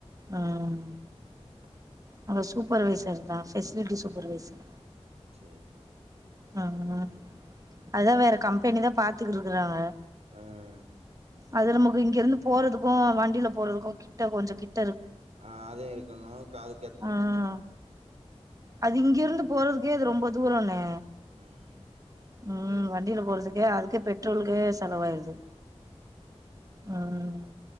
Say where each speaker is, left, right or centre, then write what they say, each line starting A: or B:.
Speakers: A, on the right (about 30°); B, on the right (about 70°).
A: ம்
B: ம்
A: ஆனா சூப்பர்வைசர் தா ஃபெசிலிட்டி சூப்பர்வைசர்
B: சேரி சேரி
A: ம் அதுதா வேற கம்பெனிதா பாத்துக்கிட்ருக்குறாங்க
B: ம்
A: அது நமக்கு இங்க இருந்து போறதுக்கு வண்டில போறதுக்கு கிட்ட கொஞ்சொ கிட்
B: ஆஹ் அது இருக்கணு காது
A: ஆஹ் அது இங்கிருந்து போறதுக்கே அது ரொம்ப தூரோன்னே
B: ம்
A: ம் வண்டில போறதுக்கே அதுக்கே பெட்ரோலுக்கு செலவாயிருது ம்